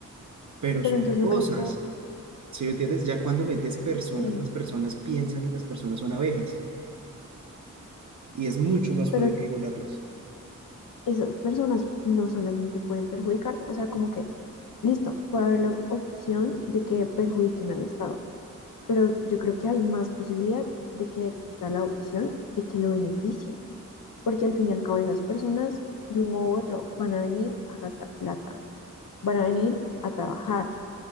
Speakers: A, on the right; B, on the left.
A: Pero
B: pero
A: son
B: entonces
A: cosas,
B: no crees que
A: si me entiendes? Ya cuando metes personas,
B: sí,
A: las personas piensan y las personas son abejas. Y es mucho más jodido
B: pero
A: regularlas.
B: esas personas no solamente pueden perjudicarte, o sea, como que, listo, puede haber la opción de que perjudiquen al Estado, pero yo creo que hay más posibilidad de que exista la opción de que lo beneficien, porque al fin y al cabo esas personas, de un modo u otro, van a venir a gastar plata, van a venir a trabajar,